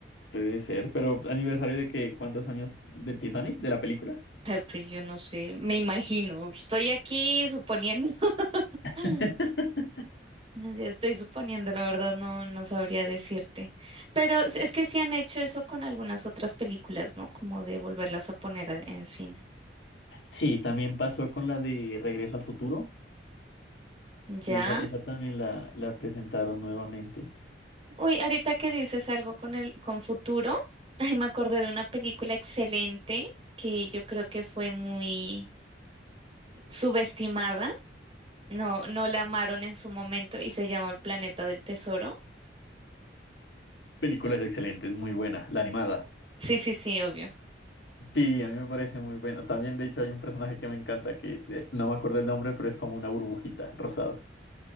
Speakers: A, on the left; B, on the right.
A: Puede ser, pero aniversario de que, ¿cuántos años del Titanic, de la película?
B: Ah, Pues yo no sé, me imagino. Estoy aquí suponiendo.
A: <laughs>
B: <laughs> ya Estoy suponiendo, la verdad, no, no sabría decirte. Pero es es que sí han hecho eso con algunas otras películas, ¿no? Como de volverlas a poner a- en cine.
A: Sí, también pasó con la de Regreso al Futuro.
B: Ya.
A: Esa, esa también la, la presentaron nuevamente.
B: Uy, ahorita que dices algo con el, con futuro, <laughs> ay, me acordé de una película excelente que yo creo que fue muy subestimada, no, no la amaron en su momento y se llama El Planeta del Tesoro.
A: Película es excelente, es muy buena, la animada.
B: Sí, sí, sí, obvio.
A: Sí, a mí me parece muy bueno. También, de hecho, hay un personaje que me encanta, que eh, no me acuerdo el nombre, pero es como una burbujita rosada.